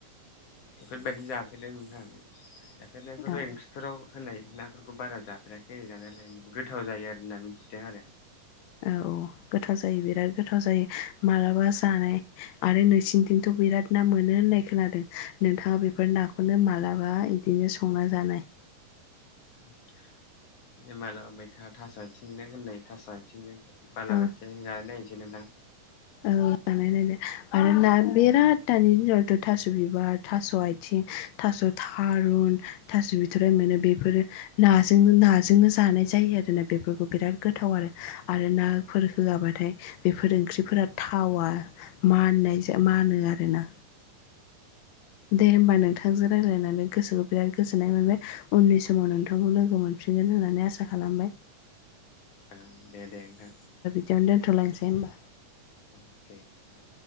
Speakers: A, on the left; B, on the left.
A: बेफोरबायदि जाफेरदोंमोन आं जाफेरनायखौथ'
B: औ
A: इंलिसफोराव होनाय नाफोरखौ बारा जाफेराखै जानायालाय गोथाव जायो आरो होनना मिथिदों आरो
B: औ गोथाव जायो बिराद गोथाव जायो मालाबा जानाय आरो नोंसिनिथिंथ' बिराद ना मोनो होननाय खोनादों नोंथाङा बेफोर नाखौनो मालाबा बिदिनो संना जानाय
A: <inaudible> मालाबा मैथा थास' आथिंनो होननाय थास आथिंजों बालाबाथियाजों
B: औ
A: जानो नायसै नोंथां
B: औ जानाय नायदो आरो ना बिराद दानि दिनावथ' थास' बिबार थास' आथिं थास थारुन थास बिथराइ मोनो बेफोर नाजों नो नाजोंनो जायो आरोना बेफोरखौ बिराद गोथाव आरो आरो नाफोर होआबाथाय बेफोर ओंख्रिफोरा थावा माननाय मानो आरोना दे होमबा नोंथांजों रायज्लायनानै गोसोखौ बिराद गोजोननाय मोनबाय उननि समाव नोंथांखौ लोगो मोनफि हुफिनगोन होननानै आसा खालामबाय
A: <inaudible> दे दे नोंथां
B: बियावनो दोन्थ'लायनोसै होमबा
A: अके नोंथां